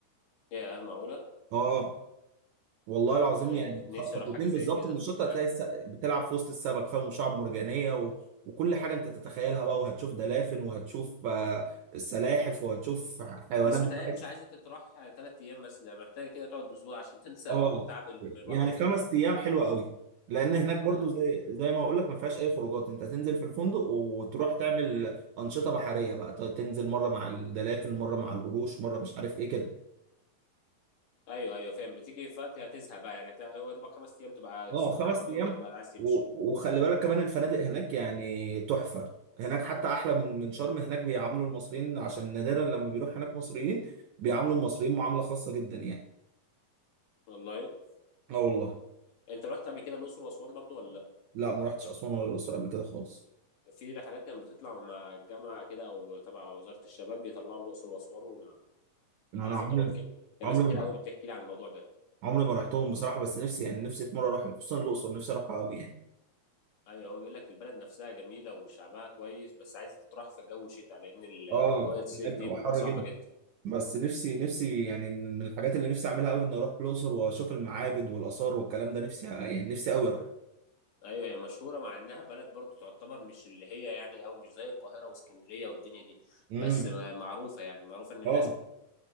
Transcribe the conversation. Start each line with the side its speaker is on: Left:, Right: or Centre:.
Left: يا معقولة؟
Right: اه والله العظيم
Left: يعني
Right: يعني خ-
Left: نفسي
Right: خطوتين
Left: اروح حاجة زي
Right: بالظبط
Left: كده
Right: من الشط
Left: من زمان
Right: هتلاقي الس... بتلعب في وسط السمك فاهم وشعب مرجانية و... وكل حاجة انت تتخيلها بقى وهتشوف دلافن وهتشوف آه، السلاحف وهتشوف حيوانات
Left: بس
Right: بحرية.
Left: متهيألي مش عايزة تتراح تلات أيام بس ده محتاجة كده تقعد أسبوع عشان تنسى
Right: اه
Left: و- تعب المروح
Right: يعني
Left: والمجاي
Right: خمس ايام حلوة قوي لان هناك برضو
Left: امم
Right: زي زي ما هقول لك ما فيهاش اي خروجات انت هتنزل في الفندق وتروح تعمل انشطة بحرية بقى ت- تنزل مرة مع الدلافن مرة مع القروش مرة مش عارف ايه كده
Left: أيوه أيوه فاهم بتيجي في وقت هتزهق بقى يعني هت- هو دوبك خمس أيام تبقى
Right: اه
Left: استمتعت
Right: خمس
Left: بيها
Right: ايام
Left: وتبقى عايز تمشي
Right: و- وخلي بالك كمان الفنادق هناك يعني تحفه هناك حتى احلى من من شرم هناك بيعاملوا المصريين عشان نادرا لما بيروح هناك مصريين بيعاملوا المصريين معامله خاصه جدا يعني
Left: والله
Right: اه والله
Left: أنت رحت قبل كده الأقصر وأسوان برضو ولا لأ؟
Right: لا ما رحتش اسوان ولا الاقصر قبل كده خالص
Left: في رحلات كانت بتطلع مع الجامعة كده أو تبع وزارة الشباب بيطلعوا الأقصر وأسوان
Right: انا
Left: على
Right: أنا
Left: فترات
Right: عمري
Left: كده كان
Right: عمري
Left: ناس كتير
Right: ما
Left: قوي بتحكي لي عن الموضوع ده
Right: عمري ما رحتهم بصراحه بس نفسي يعني نفسي في مره اروح خصوصا الاقصر نفسي اروحها قوي يعني
Left: ايوه هو بيقول لك البلد نفسها جميله وشعبها كويس بس عايزه تتراح في جو شتاء لان الاجواء
Right: اه
Left: الصيف
Right: هناك بتبقى
Left: دي بتبقى
Right: حر
Left: صعبه
Right: جدا
Left: جدا
Right: بس نفسي نفسي يعني من من الحاجات اللي نفسي اعملها قوي ان اروح الاقصر واشوف المعابد والاثار والكلام ده نفسي يعني نفسي قوي اروح
Left: ايوه هي مشهوره مع انها بلد برضو تعتبر مش اللي هي يعني او مش زي القاهره واسكندريه والدنيا دي
Right: امم
Left: بس ما- معروفه يعني معروفه ان
Right: اه
Left: ناس كتير